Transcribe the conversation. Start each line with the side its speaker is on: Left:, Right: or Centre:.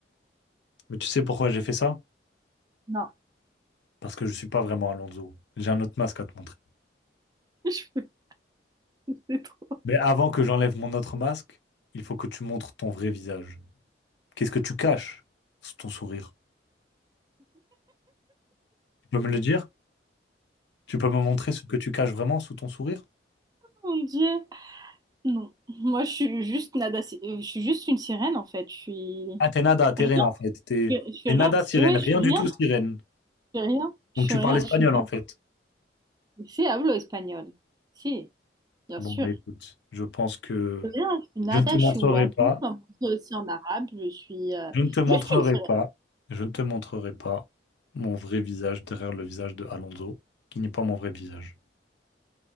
Left: Mais tu sais pourquoi j'ai fait ça?
Right: Non.
Left: Parce que je suis pas vraiment Alonso. J'ai un autre masque à te montrer.
Right: <laughs> <laughs> C'est trop.
Left: Mais avant que j'enlève mon autre masque, il faut que tu montres ton vrai visage. Qu'est-ce que tu caches sous ton sourire? Tu peux me le dire? Tu peux me montrer ce que tu caches vraiment sous ton sourire?
Right: Mon Dieu. Non. Moi, je suis juste nada. si- euh, Je suis juste une sirène, en fait. Je suis
Left: Ah, t'es nada, t'es
Right: rien.
Left: rien en fait. T'es
Right: Je, je suis
Left: t'es
Right: rien.
Left: nada sirène,
Right: Ouais,
Left: rien
Right: je suis rien.
Left: du tout sirène.
Right: Je suis rien. Je
Left: Donc
Right: suis
Left: tu
Right: rien.
Left: parles espagnol
Right: Je suis nada.
Left: en fait.
Right: C'est hablo espagnol. Si, bien
Left: Bon
Right: sûr.
Left: bah écoute, je pense que
Right: Je suis rien. Je suis nada.
Left: je ne te montrerai
Right: Je suis wadou,
Left: pas.
Right: comme on dit aussi en arabe. Je suis euh,
Left: Je ne te montrerai
Right: juste une sirène.
Left: pas, je ne te montrerai pas mon vrai visage derrière le visage de Alonso, qui n'est pas mon vrai visage.